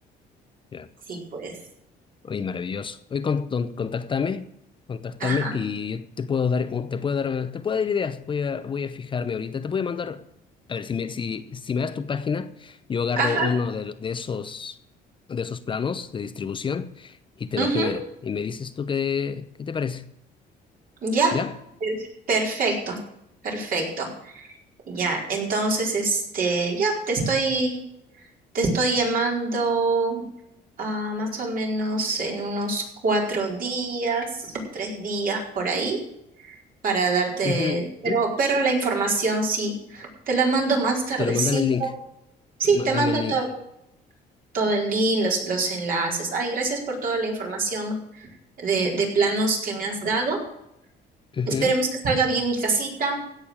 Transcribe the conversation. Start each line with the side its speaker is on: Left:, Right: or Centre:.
Left: Ya,
Right: Sí,
Left: pues.
Right: pues.
Left: Oye, maravilloso. Oye, con- con- contáctame, contáctame
Right: Ajá.
Left: y te puedo dar, un- te puedo dar, te puedo dar ideas. Voy a, voy a fijarme ahorita. Te voy a mandar, a ver, si me, si, si me das tu página, yo agarro
Right: Ajá.
Left: uno de, de esos, de esos planos de distribución y te
Right: ujú,
Left: lo genero. Y me dices tú qué, qué te parece.
Right: Ya.
Left: ¿Ya?
Right: Per- Perfecto. Perfecto. Ya, entonces, este, ya, te estoy, te estoy llamando ah, más o menos en unos cuatro días, tres días por ahí, para darte,
Left: Ujú,
Right: pero,
Left: ujú.
Right: pero la información sí, te la mando más tardecito.
Left: Pero mándame el link.
Right: Sí,
Left: Mándame
Right: te mando
Left: el link.
Right: todo, todo el link, los, los enlaces. Ay, gracias por toda la información de, de planos que me has dado.
Left: Ujú.
Right: Esperemos que salga bien mi casita